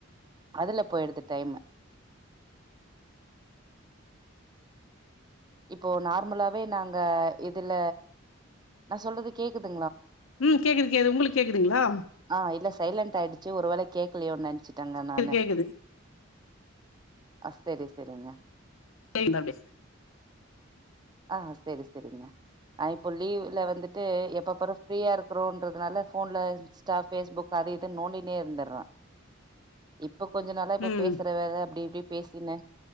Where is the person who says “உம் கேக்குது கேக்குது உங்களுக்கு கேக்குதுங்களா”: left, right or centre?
Left